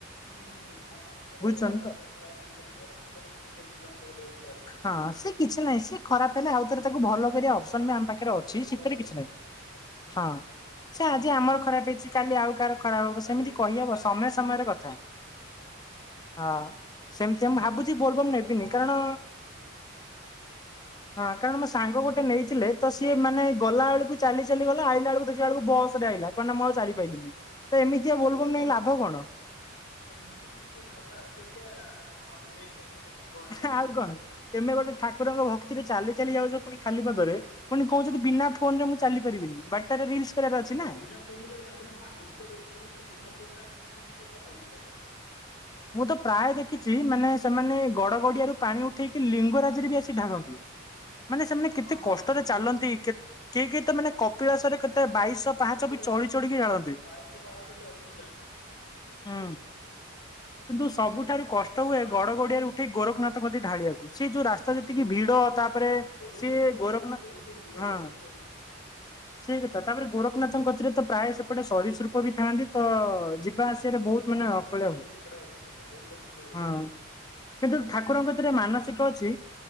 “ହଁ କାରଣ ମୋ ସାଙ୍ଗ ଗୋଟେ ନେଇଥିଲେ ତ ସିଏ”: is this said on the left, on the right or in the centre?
Left